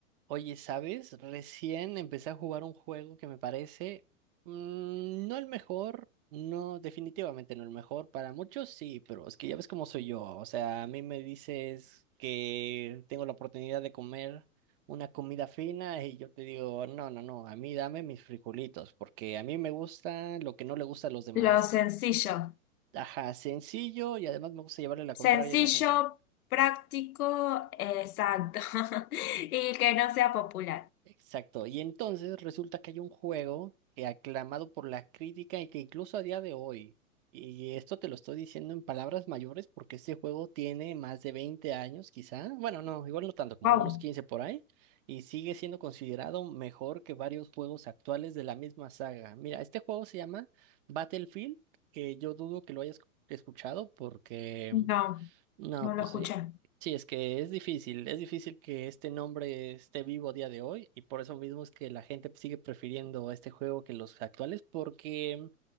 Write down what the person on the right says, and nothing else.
Oye, ¿sabes? Recién empecé a jugar un juego que me parece mm, no el mejor, no, definitivamente no el mejor. Para muchos sí, pero es que ya ves cómo soy yo. O sea, a mí me dices que tengo la oportunidad de comer una comida fina y yo te digo, no, no, no, a mí dame mis frijolitos, porque a mí me gusta lo que no le gusta a los demás.
Ajá, sencillo y además me gusta llevarle la
contraria a la gente.
Exacto. Y entonces resulta que hay un juego que aclamado por la crítica y que incluso a día de hoy, y esto te lo estoy diciendo en palabras mayores porque este juego tiene más de 20 años quizá, bueno, no, igual no tanto, como
unos 15 por ahí, y sigue siendo considerado mejor que varios juegos actuales de la misma saga. Mira, este juego se llama Battlefield, que yo dudo que lo hayas escuchado porque...
No,
pues
sí. Sí, es que es difícil, es difícil que este nombre esté vivo a día de hoy y por eso mismo es que la gente sigue prefiriendo este juego que los actuales porque,